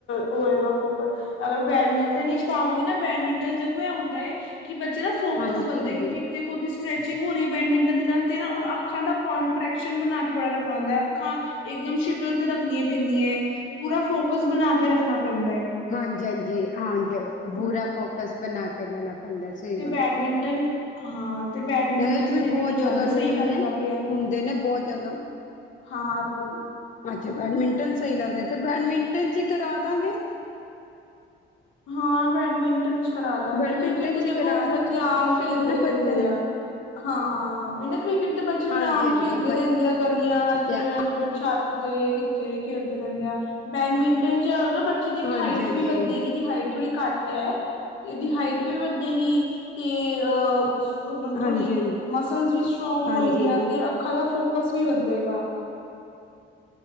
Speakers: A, on the left; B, on the left.
A: ਉਹ ਹੈਗਾ ਫੋਕਲ ਅਗਰ ਬੈਡਮਿੰਟਨ ਹੀ ਸਿਖਾਵਾਂਗੇ ਨਾ ਬੈਡਮਿੰਟਨ 'ਚ ਦੇਖੋ ਇਹ ਹੁੰਦਾ ਏ ਕੀ ਬੱਚੇ ਦਾ ਫੋਕਸ
B: ਹੋਰ
A: ਵੱਧਦਾ
B: ਕੀ ਕਰਦੇ
A: ਕਿਉਂਕਿ ਇੱਕ ਤੇ ਉਹਦੀ ਸਟਰੈਚਿੰਗ ਹੋ ਰਹੀ ਹੈ ਬੈਡਮਿੰਟਨ ਦੇ ਨਾਲ ਤਾਂ ਨਾ ਹੁਣ ਅੱਖਾਂ ਦਾ ਕੋਂਟਰੈਕਸ਼ਨ ਬਣਾ ਕੇ ਬੜਾ ਰੱਖਣਾ ਹੁੰਦਾ ਅੱਖਾਂ ਇਕਦਮ ਸ਼ਿਟਲ ਤੇ ਰੱਖਣੀਆਂ ਪੈਂਦੀਆਂ ਪੂਰਾ ਫੋ ਫੋਕਸ ਬਣਾ ਕੇ ਰੱਖਣਾ ਪੈਂਦਾ ਹੈ
B: ਹਾਂਜੀ-ਹਾਂਜੀ ਹਾਂਜੀ ਪੂਰਾ ਫੋਕਸ ਬਣਾ ਕੇ ਰਹਿਣਾ ਪੈਂਦਾ ਸਹੀ
A: ਤੇ
B: ਗੱਲ
A: ਬੈਡਮਿੰਟਨ ਹਾਂ ਤੇ ਬੈਡਮਿੰਟਨ
B: ਇਹਦੇ ਚ ਵੀ
A: ਤੇ ਮੈਨੂੰ
B: ਬਹੁਤ
A: ਜ਼ਿਆਦਾ
B: ਰੂਲ
A: ਸਹੀ ਲੱਗਦਾ
B: ਨੇ
A: ਪਿਆ।
B: ਹੁੰਦੇ ਨੇ ਬਹੁਤ ਜ਼ਿਆਦਾ
A: ਹਾਂ ਰੋਲ
B: ਅੱਛਾ ਬੈਡਮਿੰਟਨ ਸਹੀ ਲੱਗਦਾ ਫਿਰ ਬੈਡਮਿੰਟਨ 'ਚ ਕਰਾਦਾਂਗੇ।
A: <inaudible> ਹਾਂ ਬੈਡਮਿੰਟਨ 'ਚ ਕਰਾਦਾਂਗੇ
B: ਬੈਡਮਿੰਟਨ
A: ਕ੍ਰਿਕਟ ਤੇ
B: ਚ
A: ਦੇਖੋ
B: ਕਰਾ ਦਾਂਗੇ
A: ਬੱਚੇ
B: ਐਡਮਿਸ਼ਨ
A: ਆਮ ਖੇਲਦੇ
B: ਹਨਾ
A: ਰਹਿੰਦੇ
B: ਬੱਚਿਆਂ ਦੇ
A: ਆ। ਹਾਂ ਉਹੀ ਨਾ ਕ੍ਰਿਕਟ ਤੇ ਬੱਚੇ ਫੇਰ
B: ਹਾਂਜੀ
A: ਆਮ
B: ਹਾਂਜੀ
A: ਖੇਲਦੇ ਰਹਿੰਦੇ ਆ ਗਰਮੀਆਂ
B: ਬੱਚਿਆਂ
A: ਜਿਵੇਂ ਛੱਤ ਤੇ ਕਿੱਥੇ ਵੀ ਖੇਲਦੇ ਰਹਿੰਦੇ ਆ ਬੈਡਮਿੰਟਨ 'ਚ ਨਾ ਬੱਚੇ ਦੀ
B: ਹਾਂਜੀ
A: ਹਾਈਟ
B: ਹਾਂਜੀ
A: ਵੀ ਵੱਧੇਗੀ। ਥੋੜ੍ਹੀ ਘੱਟ ਐ, ਤੇ ਉਹਦੀ ਹਾਈਟ ਵੀ ਵਧੇਗੀ ਤੇ ਆ ਉਮਰ
B: ਹਾਂਜੀ
A: ਥੋੜੀ
B: ਹਾਂਜੀ
A: ਮਸਲਜ਼ ਵੀ ਸਟਰੋਂਗ
B: ਹਾਂਜੀ
A: ਹੋਏਗੀਆਂ ਤੇ
B: ਹਾਂਜੀ
A: ਅੱਖਾਂ ਦਾ ਫੋਕਸ ਫੋਕਸ ਵੀ ਵਧੇਗਾ।